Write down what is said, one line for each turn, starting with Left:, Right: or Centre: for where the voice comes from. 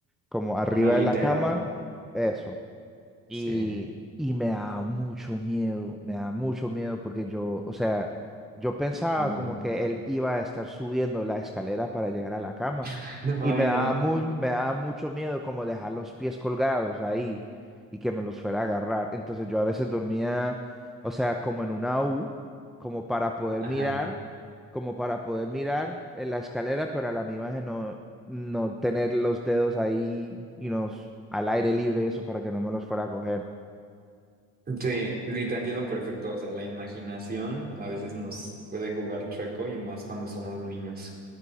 Centre: como arriba
Right: Una litera.
Centre: de la cama, eso.
Right: Sí.
Centre: Y, y me da mucho miedo, me da mucho miedo porque yo, o sea, yo pensaba
Right: Uy.
Centre: como que él iba a estar subiendo la escalera para llegar a la cama
Right: <laughs> Ay,
Centre: y me
Right: no.
Centre: daba mu- me daba mucho miedo como dejar los pies colgados ahí y que me los fuera a agarrar. Entonces yo a veces dormía, o sea, como en una U, como para poder
Right: Ajá.
Centre: mirar, como para poder mirar en la escalera, pero a la misma vez no, no tener los dedos ahí y unos al aire libre y eso para que no me los fuera a coger.
Right: Sí, sí, te entiendo perfecto. O sea, la imaginación a veces nos puede jugar chueco y más cuando somos niños.